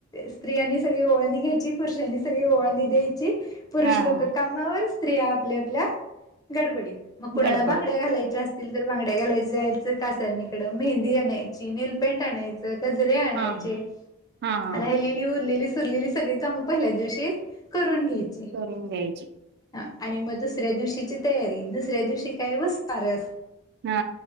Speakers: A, on the left (about 15°); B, on the right (about 50°).
A: स्त्रियांनी सगळी ओवाळनी घ्यायची पुरुषांनी सगळी ओवाळनि द्यायची
B: हा.
A: पुरुष
B: हा
A: लोक
B: हा
A: कामावर स्त्रिया आपल्या-आपल्या गडबडीत मग कुणाला
B: गडबड
A: बांगड्या घालायच्या अस तिल तर बांगड्या घालाय जायच कासारणीकडं मेहंदी आणायची नेल पेन्ट आणायच कजरे आणायचे
B: हा हा हा
A: राहिलेली उरलेली सुरलेली सगळी काम पहिल्या दिवशी करून घ्याय
B: करून द्यायची.
A: हा आणि म दुसऱ्या दिवशीची तयारी दुसऱ्या दिवशी काय वसुबारस.
B: हा